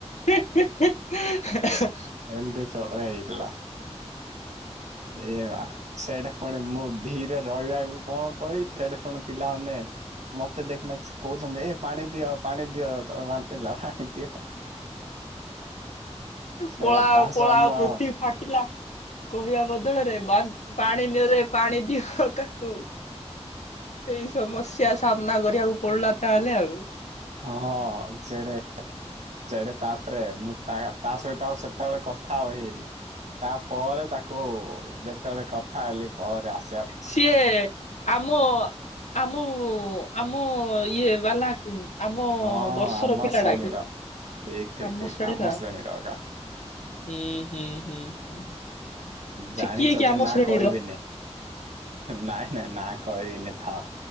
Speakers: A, on the left; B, on the right.
A: ହେ ହେ ହେ ଏ ହେ।
B: ଏମତି ଝଗଡା ହେଇଥିଲା ଏ ମା। ସେଇଟା ପୁଣି ମୁଁ ଧିରେ ରହିବାକୁ କଣ କହିବି ସେଟା ଶୁଣି ପିଲାମାନେ ମତେ ଦେଖିନା କହୁଚନ୍ତି ଏ ପାଣି ଦିଅ ପାଣି ଦିଅ ତ ବାନ୍ତି ହେଲା ପାଣି ଦିଅ। <inaudible> ସେ
A: ପଳା
B: ତା
A: ଆ ପଳାଅ
B: ସହ ମୁଁ
A: ପୃଥିବୀ
B: ଆଉ
A: ଫାଟିଲା। କହିବା ବଦଳରେ ବା ପାଣି ନିଅରେ ପାଣି ଦିଅ ତାକୁ। ଏଇ ସମସ୍ୟା ସାମ୍ନା କରିବାକୁ ପଡିଲା ତାହେଲେ ଆଉ।
B: ହଁ ସେଡେ ସେଡେ ତାପରେ ମୁଁ ତା ତା ସହିତ ଆଉ ସେତେବେଳେ କଥା ହେଇନି। ତା ପରେ ତାକୁ ଯେତେବେଳେ କଥା ହେଲି ପରେ ଆସ
A: ସିଏ ଆମ। ଆମ ଆମ ଇଏ ବାଲାକୁ। ଆମ
B: ହଁ
A: ବର୍ଷର
B: ଆମ
A: ପିଲା
B: ଶ୍ରେଣୀର
A: ଟା କି
B: ଠିକ ଠିକ
A: ଆମ
B: ଠିକ
A: ଶେଣୀ ବା।
B: ଶ୍ରେଣୀର ଏକା।
A: ହୁଁ ହୁଁ ହୁଁ ହୁଁ। ସେ
B: ଜାଣିଛ
A: କିଏ କି
B: ଯେ
A: ଆମ
B: ନା
A: ଶ୍ରେଣୀର
B: କହିବିନି ନାଇଁ ନାଇଁ ନା କହିବିନି ଥାଉ।